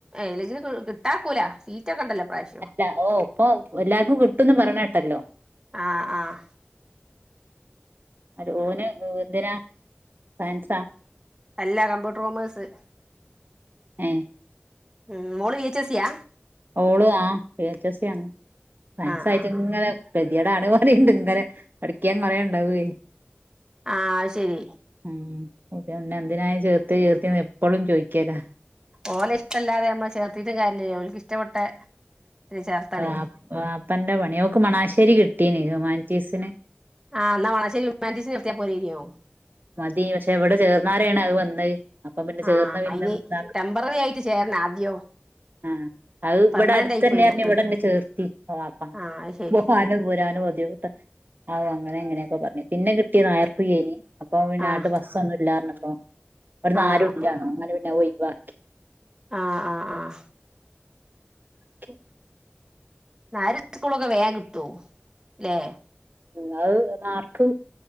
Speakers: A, on the right; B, on the right.
A: ഇല്ലെങ്കിൽ കിട്ടാക്കൂല സീറ്റ് ഒക്കെ ഉണ്ടല്ലോ ഇപ്രാവശ്യം
B: അല്ല ഓ ഇപ്പൊ എല്ലാവർക്കും കിട്ടുംന്ന് പറഞ്ഞ കേട്ടല്ലോ
A: ആഹ ആഹ
B: അ ഓന് എന്തിനാ സയൻസാ
A: അല്ല കമ്പ്യൂട്ടർ കോമോഴ്സ്.
B: ആഹ്
A: ഉം മോള് വി എച്ച് എസ് സിയാ.
B: ഓള് ആ വി എച്ച് എസ് സി ആണ്.
A: ആഹ്
B: സയൻസ്
A: ആഹ് ആഹ്
B: ഇങ്ങനെ കതിയാട് ആണെന്ന് പറയാനുണ്ട് ഇങ്ങനെ പഠിക്കാൻ കൊറുണ്ടാവേ.
A: ആഹ ശരി.
B: ഉ അതന്നെ എന്തിണ് ചേർത്ത് ചേർത്തി എപ്പോഴും ചോയ്ക്കൊനൊ.
A: ഓലെ ഇഷ്ടല്ലതെ നമ്മൾ ചേർത്തിട്ട് കാര്യല്ലേ അവലക്ക് ഇഷ്ടപ്പെട്ട. ഇതിന് ചേർത്താണേ
B: അ അപ്പന്റെറ പണി ഓക്ക് മണാശ്ശേരി കിട്ടീന് ഹ്യൂമാനിറ്റീസിന്.
A: ആ ന്നാ മണാശ്ശേരി ഹുമാനിറ്റിസ്ന് നിർത്തിയ പോരായിരുന്നോ.
B: മതി, പക്ഷെ എവിടെ ചേർന്നാരെണ് അത് വന്നത്. അപ്പൊ പിന്നെ ചേർന്ന്
A: ആഹ്
B: പിന്നെ
A: അയ്ന്
B: ഇതാക്ക
A: ടെമ്പററി ആയിട്ട് ചേരണം ആദ്യം.
B: ആഹ് അത്
A: പെർമനന്റ്
B: ഇവിടെ അടുത്തന്നെറഞ്ഞു
A: ആയി പോയിന്റെ
B: ഇവിടെന്നെ ചേർത്തി ഓളെ വാപ്പ
A: ആഹ് അത് ശരി
B: പോവാനും വരാനും ബുദ്ധിമുട്ട്. ആ അങ്ങനെ ഇങ്ങനെയൊക്കെ പറഞ്ഞു പിന്നെ കിട്ടിയത് <unintelligible> അപ്പൊ പിന്നെ
A: ആഹ്
B: അങ്ങട് ബസ്സൊന്നും ഇല്ലാറഞ്ഞപ്പോ. ഇവിടുന്നു
A: ആഹ്
B: ആരും ഇല്ല അങ്ങനെ പിന്നെ അത് ഓയ്‌വാക്കി.
A: ആ ആ ആഹ്
B: <inaudible>
A: നായരെ സ്കൂളൊക്കെ വേഗം കിട്ടു ല്ലേ?
B: നിങ്ങൾ മാ ർക്ക്